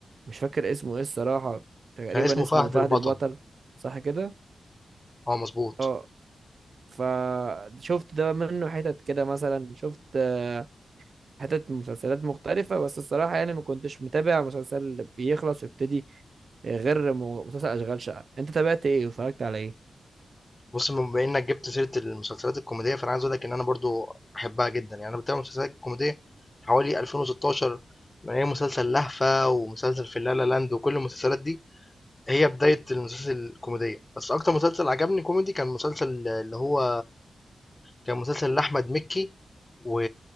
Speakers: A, on the right; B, on the left.
A: مش فاكر اسمه ايه الصراحه تقريبا
B: كان اسمه
A: اسمه
B: فهد
A: فهد
B: البطل
A: البطل صح كده
B: اه مظبوط
A: اه فشفت ده منه حتت كده مثلا شفت آه، حتت من مسلسلات مختلفة بس الصراحة يعني ما كنتش متابع مسلسل بيخلص ويبتدي غير م- مسلسل أشغال شقة أنت تابعت إيه واتفرجت على إيه؟
B: بص بما انك جبت سيره المسلسلات الكوميديه فانا عايز اقول لك ان انا برضو بحبها جدا يعني انا بتابع مسلسلات كوميديه حوالي 2016 من اي مسلسل لهفه ومسلسل في لا لا لاند وكل المسلسلات دي هي بدايه المسلسل الكوميديه بس اكتر مسلسل عجبني كوميدي كان مسلسل اللي هو كان مسلسل لاحمد مكي و...